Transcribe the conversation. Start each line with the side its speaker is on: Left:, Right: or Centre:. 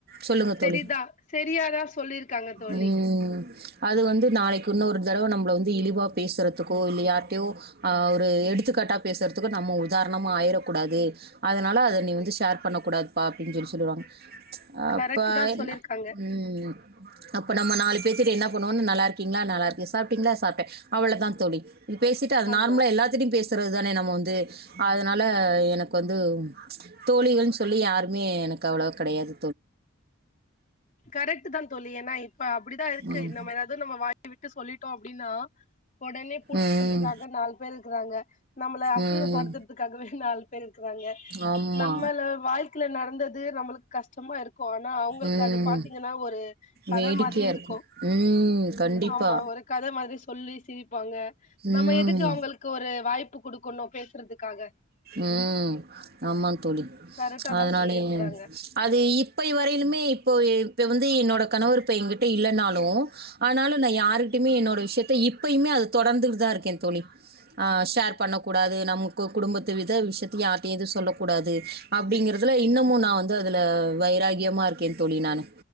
Right: சொல்லுங்க
Left: சரிதா
Right: தோழி
Left: சரியாதா சொல்லிருக்காங்க தோழி
Right: ம் அது வந்து நாளைக்கு இன்னொரு தடவை நம்மளை வந்து இழிவா பேசுறதுக்கோ இல்ல யா ர்ட்டயோ அ ஒரு எடுத்துக்காட்டா பேசுறதுக்கு நம்ம உதாரணமா ஆயிடக்கூடாது அதனால அதை நீ வந்து ஷேர் பண்ணக்கூடாதுப்பா அப்டின்னு சொல்லி சொல்லுவாங்க அ
Left: கரெக்ட் தா சொல்லிருக்காங்க
Right: <unintelligible> ம் அப்ப நம்ம நாலு பேத்துக்கு என்ன பண்ணுவோன்னு நல்லா இருக்கீங்களா நல்லா இருக்கு சாப்டீங்களா சாப்ட அவ்ளவதாங் தோழி இப்டி பேசிட்டு அது
Left: ஆமா
Right: நார்மலா எல்லாத்திட்டையும் பேஸ் சுத்துர்தானே நம்ம வந்து அதனால எனக்கு வந்து தோழிகள்ன் சொல்லி யாருமே எனக்கு அவ்ளோ கெடையாது
Left: கரெக்டுதா தோழி ஏன்னா இப்ப அப்டிதா இருக்கு
Right: ம்.
Left: இந்த மாரியாவது நம்ம வாய் விட்டு சொல்லி ட்டோ அப்டின்னா ஒடனே புடுச்சுக்குறதுக்காக
Right: ம்.
Left: நாலு பேர் இருக்குறாங்க நம்மள அசிங்கப்படுத்துறதுக்காகவே
Right: ம்
Left: நாலு இருக்குறாங்க
Right: ஆமா.
Left: நம்மள வாழ்க் கள நடந்தது ந்து நம்மளுக்கு கஷ்டமா இருக் கு ஆனா அவுங்களுக்கு
Right: ம்.
Left: அது பாத்தீங்கன்னா ஒரு கத
Right: வேடிக்கையா
Left: மாதிரி இருக்கு
Right: இருக்கும். ம். கண்டிப்பா.
Left: ஆமா ஒரு கத மாதிரிஸ் சொல்லி சிரிப் பாங்க நம்ம
Right: ம்.
Left: எதுக்கு அவுங்களுக்கு ஒரு வாய்ப்பு குடுக்குணு பேஸ் ப்புறதுக்காக
Right: ம் ஆமாந் தோழி
Left: கரெக்டா
Right: அதனாலயே
Left: தா சொல்லிருக்கறாங்க
Right: அது இப்பய வரை இப்பயுமே இப்போ இப்ப வந்து என்னோட கணவர் இப்ப எங்கிட்ட இல்லனாலு ஆனாலு நா யாருகிட்டயுமே என்னோட விஷ்யத்த இப்பயுமே அது தொடந்துகிட்டுதா இருக்கேந் தோழி ஆ ஷேர் பண்ணக்கூடாது நமக்கு குடும்பத் த்து வித விஷ்யத்த யாருட்டையு எது சொல்லக் கூடாது அப்டிங்குறதுல இன்னமு நா வந்து அதுல வைராகியமாக இருக்கேன் தோழி நானு